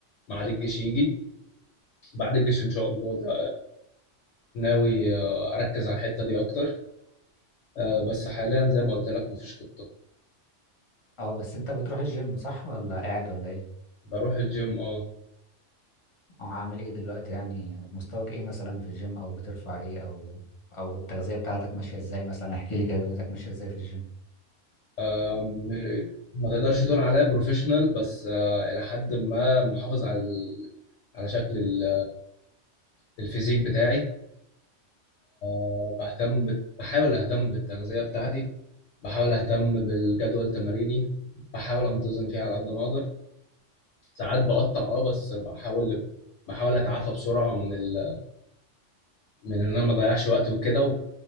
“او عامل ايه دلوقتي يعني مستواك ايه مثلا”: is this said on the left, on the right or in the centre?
Left